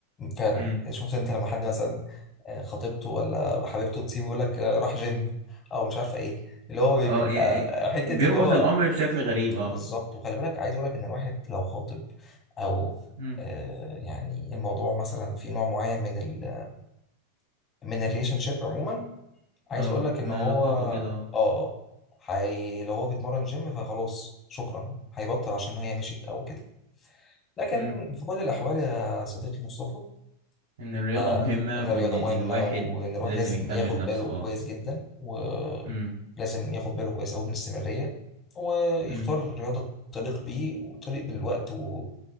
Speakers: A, on the left; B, on the right.
A: فعلا
B: مم.
A: يعني شفت انت لما حد مثلا آه، خطيبته ولا حبيبته تسيبه يقول لك آه، راح جيم او مش عارفه ايه اللي هو بيبقى
B: اه يعني
A: آه، حته
B: بيربط
A: اللي هو
B: الامر بشكل غريب اه
A: بالظبط وخلي بالك عايز اقول لك ان الواحد لو خاطب او
B: امم
A: آه، يعني الموضوع مثلا في نوع معين من ال من الريليشن شيب عموما عايز
B: اه
A: اقول لك
B: من
A: ان هو
B: العلاقات
A: اه
B: وكده اه
A: اه حي... لو هو بيتمرن جيم فخلاص شكرا هيبطل عشان هي مشيت او كده لكن
B: امم
A: في كل الاحوال يا صديقي مصطفى
B: ان الرياضة
A: أنا
B: مهمة
A: إن
B: وان
A: الرياضة
B: الواحد
A: مهمة وإن الواحد
B: لازم
A: لازم
B: يهتم
A: ياخد
B: بنفسه
A: باله
B: اه
A: كويس جدا ولازم
B: امم
A: ياخد باله كويس أوي من الاستمرارية ويختار
B: امم
A: رياضة تليق بيه وتليق بالوقت و...